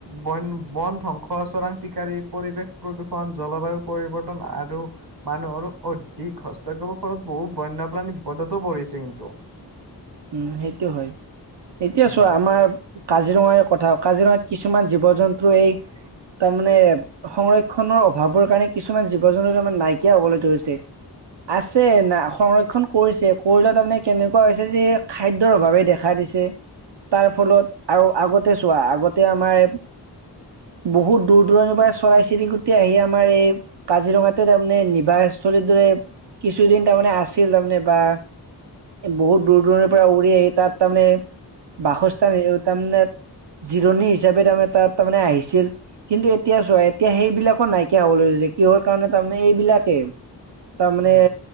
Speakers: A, on the right; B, on the right.
A: বন-বন ধ্বংস, চোৰাং চিকাৰী, পৰিৱেশ প্ৰদূষণ, জলবায়ু পৰিৱৰ্তন আৰু মানুহৰ অধিক হস্তক্ষেপৰ ফলত বহু বন্যপ্ৰাণী বিপদতো পৰিছে কিন্তু।
B: উম সেইটো হয়। এতিয়া
A: উম।
B: চোৱা আমাৰ কাজিৰঙাৰ কথা কাজিৰঙাত কিছুমান জীৱ-জন্তু এই তাৰমানে সংৰক্ষনৰ অভাৱৰ কাৰণে কিছুমান জীৱ জন্তু তাৰমানে নাইকিয়া হবলৈ ধৰিছে। আছে, না সংৰক্ষণ কৰিছে কৰিলেও তাৰমানে কেনেকুৱা হৈছে যে খাদ্যৰ অভাৱে দেখা দিছে। তাৰ ফলত আৰু আগতে চোৱা, আগতে আমাৰ বহুত দূৰ-দূৰণিৰ পৰা চৰাই-চিৰিকটি আহি আমাৰ এই কাজিৰঙাতে তাৰমানে নিবাহ স্থলীৰ দৰে কিছুদিন তাৰমানে আছিল, তাৰমানে বা বহুত দূৰ-দূৰণিৰ পৰা উৰি আহি তাত তাৰমানে বাসস্থান, তাৰমানে জিৰণি হিচাপে তাৰে তাত তাৰমানে আহিছিল। কিন্তু এতিয়া চোৱা, এতিয়া সেইবিলাকো নাইকিয়া হ'ল যে কিহৰ কাৰণে তাৰমানে এইবিলাকে তাৰমানে
A: উম,